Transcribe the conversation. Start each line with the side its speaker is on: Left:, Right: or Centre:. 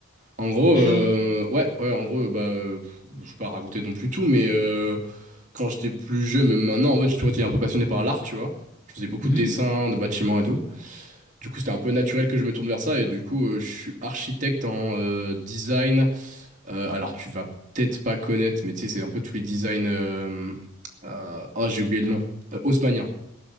Right: En gros,
Left: Mais
Right: euh,
Left: non.
Right: ouais, ouais, en gros, bah, euh, pff, je vais pas raconter non plus tout, mais euh, quand j'étais plus jeune, même maintenant, en fait, j'ai toujours été un peu passionné par l'art, tu vois. Je faisais beaucoup
Left: Mhm.
Right: de dessins, de bâtiments et tout. Du coup, c'était un peu naturel que je me tourne vers ça, et du coup, euh, je suis architecte en euh, design Euh, alors, tu vas peut-être pas connaître, mais tu sais, c'est un peu tous les designs. euh, euh, ah, j'ai oublié le nom. Euh, haussmannien.